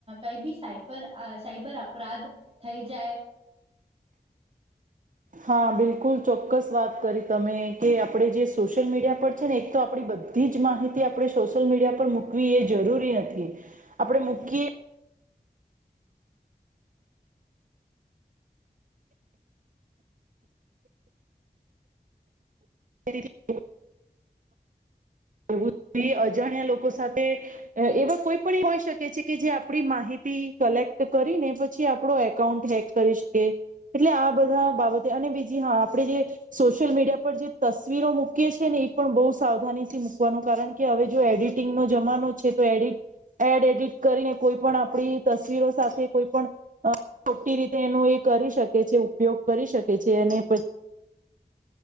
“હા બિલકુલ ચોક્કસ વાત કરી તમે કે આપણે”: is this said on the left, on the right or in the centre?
Right